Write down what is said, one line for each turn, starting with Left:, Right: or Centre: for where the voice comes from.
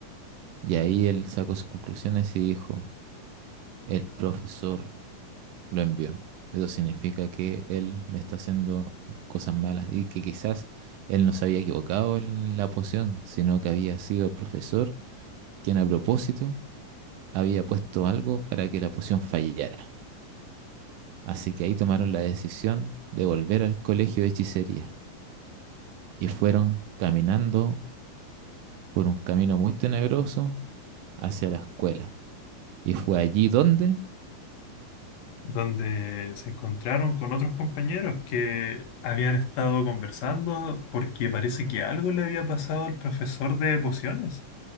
Right: Y ahí él sacó sus conclusiones y dijo, el profesor lo envió. Eso significa que él me está haciendo cosas malas y que quizás él no se había equivocado en la poción, sino que había sido el profesor quien a propósito había puesto algo para que la poción fallara. Así que ahí tomaron la decisión de volver al colegio de hechicería y fueron caminando por un camino muy tenebroso hacia la escuela. Y fue allí donde
Left: donde se encontraron con otros compañeros que habían estado conversando porque parece que algo le había pasado al profesor de pociones.